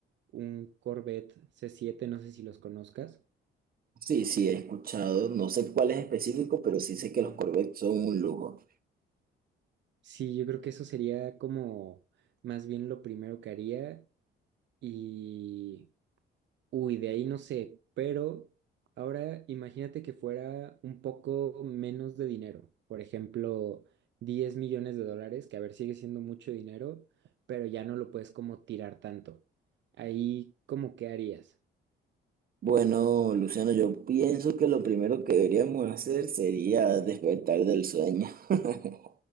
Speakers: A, on the right; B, on the right.
A: un Corvette c siete no sé si los conozcas.
B: sí, sí, he escuchado, no sé cuál es específico, pero sí sé que los Corvettes son un lujo.
A: Sí, yo creo que eso sería como más bien lo primero que haría y Uy, de ahí no sé, pero ahora imagínate que fuera un poco menos de dinero, por ejemplo, 10 millones de dólares, que a ver, sigue siendo mucho dinero, pero ya no lo puedes como tirar tanto. Ahí, ¿cómo qué harías?
B: Bueno, Luciano, yo pienso que lo primero que deberíamos hacer sería despertar del sueño. <laughs>